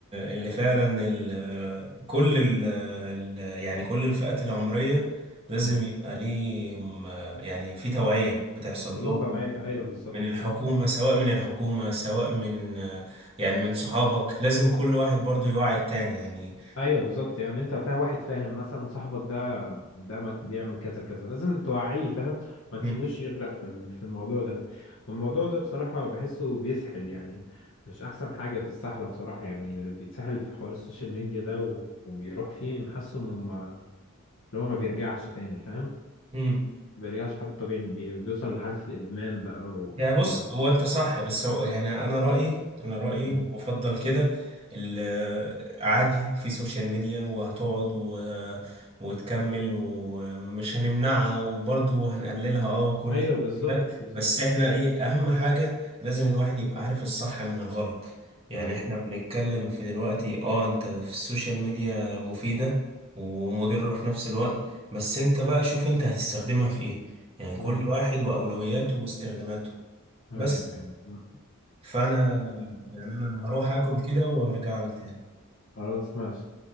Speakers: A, on the right; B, on the left.
A: اللي فعلا ال كل ال ال- يعني كل الفئات العمريه لازم
B: مم.
A: يبقى ليهم آه، يعني في توعيه بتحصل
B: يحصل لهم
A: لهم
B: توعية أيوه بالظبط
A: من الحكومه سواء من الحكومه سواء من آه، يعني من صحابك لازم كل واحد برضو يوعي التاني يعني
B: ايوه بالظبط يعني انت فاهم واحد فاهم مثلا صاحبك ده قدامك بيعمل كذا كذا لازم توعيه فاهم ما تسيبوش
A: مم.
B: يغرق في ال- في الموضوع ده والموضوع ده بصراحة بحسه بيسحل يعني مش احسن حاجة في السحلة بصراحة يعني اللي بيتسحل في حوار السوشيال ميديا ده و- وبيروح فيه محسه وما- اللي هو ما بيرجعش تاني فاهم
A: مم.
B: ما بيرجعش حد طبيعي بي- بيوصل لحالة الادمان بقى وكده
A: يعني بص هو انت صح بس هو يعني انا رايي انا رايي
B: مم.
A: وافضل كده ال- عادي في سوشيال ميديا وهتقعد و... وتكمل ومش هنمنعها وبرضه هنقللها اه وكل
B: ايوه بالظبط
A: ده
B: بالظبط
A: بس احنا ايه اهم حاجه لازم الواحد يبقى عارف الصح من الغلط يعني
B: بالظبط
A: احنا بنتكلم في دلوقتي اه انت في السوشيال ميديا مفيده ومضره في نفس الوقت بس انت بقى شوف انت هتستخدمها في ايه يعني كل
B: مم.
A: واحد وأولوياته واستخداماته
B: ايوه
A: بس
B: أيوة.
A: فانا يعني انا هروح اكل كده وهرجع لك تاني
B: خلاص ماشي